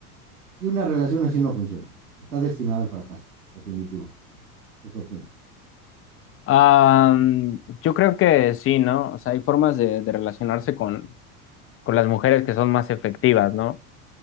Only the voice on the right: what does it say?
y una relación así no funciona. Está destinada al fracaso, definitivo. ¿Tú qué opinas?